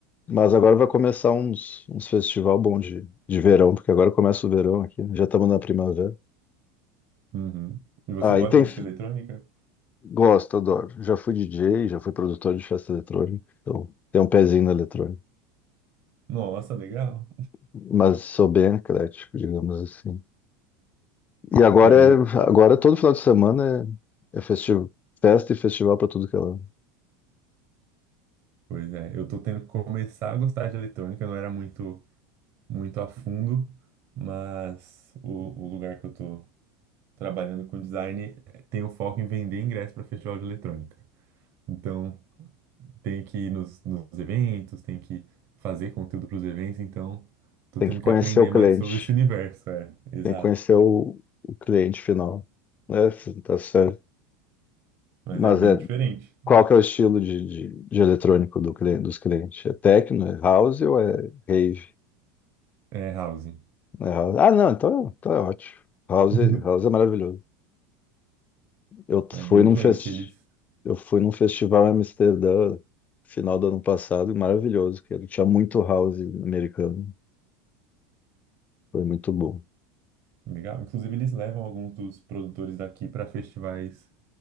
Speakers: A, on the left; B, on the right.
A: Mas agora vai começar uns, uns festival bom de, de verão, porque agora começa o verão aqui. né? Já estamos na primavera.
B: Uhum. E você
A: Ah,
B: gosta
A: e tem.
B: de música eletrônica?
A: Gosto, adoro. Já fui DJ, já fui produtor de festa eletrônica. Então, tem um pezinho na eletrônica.
B: Nossa, legal.
A: Mas sou bem eclético, digamos assim. E agora
B: É,
A: é,
B: ele-
A: agora todo final de semana é, é festivo, festa e festival para tudo que é lá.
B: pois é, eu tô tendo que começar a gostar de eletrônica, eu não era muito, muito a fundo, mas o, o lugar que eu tô trabalhando com design eh, tem o foco em vender ingresso para festival de eletrônica. Então, Tenho que ir nos, nos eventos, tenho que fazer conteúdo para os eventos, então tô
A: Tem
B: tendo
A: que
B: que
A: conhecer
B: aprender
A: o cliente.
B: mais sobre esse universo, é, exato.
A: Tem que conhecer o, o cliente final. É, tá certo.
B: Mas
A: Mas
B: é bem
A: é,
B: diferente.
A: qual que é o estilo de, de, de eletrônico do cliente, dos clientes? É techno, é house ou é rave?
B: É, House.
A: É house. Ah, não, então, então é ótimo. House,
B: <laughs>
A: house é maravilhoso. Eu
B: É
A: fui
B: bem
A: num
B: diferente.
A: fest...
B: Eles,
A: eu fui num festival em Amsterdã, final do ano passado, e maravilhoso, que ele tinha muito house americano. Foi muito bom.
B: legal. Inclusive, eles levam alguns dos produtores daqui para festivais